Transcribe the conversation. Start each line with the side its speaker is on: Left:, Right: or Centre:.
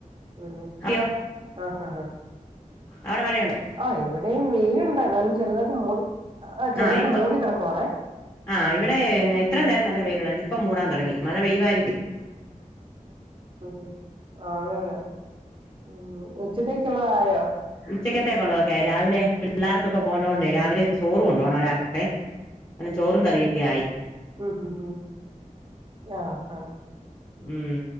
Right: ഉ
Left: അയ്യോ
Right: ആഹ ആഹ് ഹഹ
Left: അവിടെ മഴയുണ്ടോ
Right: ആ് ഇവിടെയും വെയിുണ്ടായി എന്നാലും ചെറുതായിട്ട് മൂടി ആഹ് ചെറുതായിട്ട്
Left: ആ് ഇപ്പ
Right: മൂടി കിടക്കുവാണേ
Left: ആ ഇവിടെ ഇത്ര നേരം നല്ല വെയില ഇപ്പം മൂടാൻ തുടങ്ങി മഴ പെയ്യവായിരിക്കും
Right: ഉ ആ അങ്ങെ ഉ ഉച്ചത്തേക്കുള്ള ആയോ
Left: ഉച്ചക്കത്തേക്ക ഉള്ളതൊക്കെയായി രാവിലെ പിള്ളേർക്കൊക്കെ പോത കൊണ്ട്േ രാവിലെ ചോറ് കൊണ്ടണ്ട്പ പോകണം ഒരാക്കത്തെ അെ ചോറും കറിയൊക്കെ ആയി
Right: ഉ ഉ ഉ ആഹ് ആഹ്
Left: ഉം